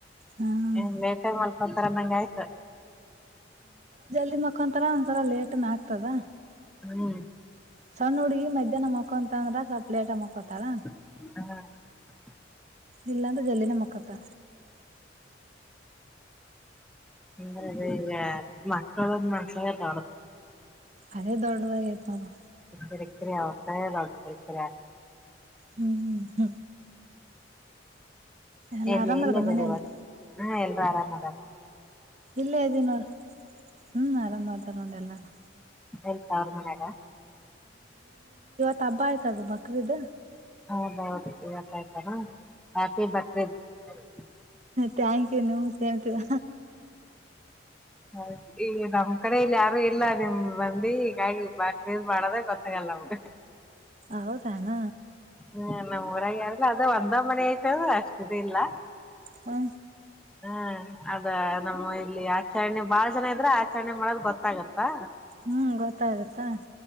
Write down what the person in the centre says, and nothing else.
ಎನ್ ಲೇಟಾಗ್ ಮಾಲ್ ಒಂತರ ಮಂಗ ಆಯ್ತು
ಹ್ಮ
<inaudible>
ಎಂದ ಈಗ ಮಕ್ಕಳ ಮನಸರ ತಡ
ಇರಿಕ್ಕರೆ ಅವಸ ನರೆ ಆ
ಎಲ್ಲಿ
ಎಲ್ಲದರಿ
ಇವ ಹ ಎ ಪ್ಯಾರಾಮದ
ಎಲ್ ತ <unintelligible> ಅವ್ರ್ ಮನ್ಯಾಗ
ಹೌದೌದು ಇವತ್ ಆಯ್ತರಾ ಆಪಿ ಬಕ್ರೀದ್ ಹ
ಹ ಈ ನಮ್ ಕಡೆ ಇಲ್ ಯಾರು ಇಲ್ಲ ನಿಮ್ ಮಂದಿ ಈಗಾಗಿ ಬಾಕ್ರೀದ್ ಮಾಡದೆ ಗೊತ್ತಾಗಲ್ಲ ಹು
ಹ್ಮ ನಮ್ಮ್ ಊರಾಗ ಯಾರ ಇಲ್ಲ ಅದ ಒಂದ ಮನೆ ಐತದ ಅಷ್ಟದ ಇಲ್ಲ
ಹ್ಮ ಅದ ನಮ್ಮ ಇಲ್ಲಿ ಆಚರಣೆ ಬಾಳ ಜನ ಇದ್ರೆ ಆಚರಣೆ ಮಾಡೋದ ಗೊತ್ತಾಗತ್ತಾ.